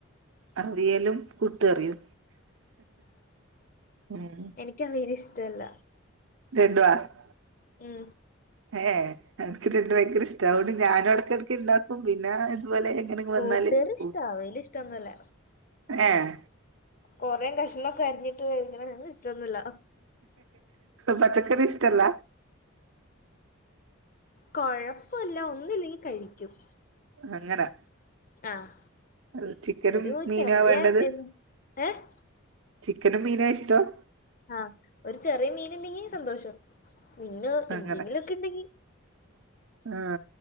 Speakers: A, on the right; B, on the left.
A: അവിയലും കൂട്ട്കറിയും ഉം
B: ക്കവിയല് ഇഷ്ടല്ല
A: <unintelligible>
B: ഉം
A: ഏ എൻക്ക് ലഡു ഭയങ്കര ഇഷ്ടാ അതുകൊണ്ട് ഞാനും ഇടക്കട്ക്ക്‌ ഇണ്ടാക്കും പിന്നെ ഇതു പോലെ എങ്ങനെ
B: കൂട്ട്
A: വന്നാല്
B: കറി ഇഷ്ടാ
A: പോവും.
B: അവിയല് ഇഷ്ട്ടോന്നല്ല
A: ഏഹ്
B: കൊറെ കഷ്ണോക്കെ അരിഞ്ഞിട്ട് ങ്ങെനെ ഇഷ്ടൊന്നുല്ല
A: പച്ചക്കറി ഇഷ്ടല്ല
B: കൊഴപ്പോല്ല ഒന്നുല്ലേങ്കി കഴിക്കും
A: അങ്ങനെ
B: ആഹ്
A: അഹ് ചിക്കനും
B: ഒരു
A: മീനാ
B: ചെറിയ
A: വേണ്ടത്
B: എന്ത് ഏഹ്
A: ചിക്കനും മീനോ ഇഷ്ട്ടം
B: ആഹ് ഒരു ചെറിയ മീന്ണ്ടെങ്കിൽ സന്തോഷം പിന്നെ
A: അങ്ങനെ
B: എന്തെങ്കിലോക്കെ ണ്ടെങ്കി
A: ആ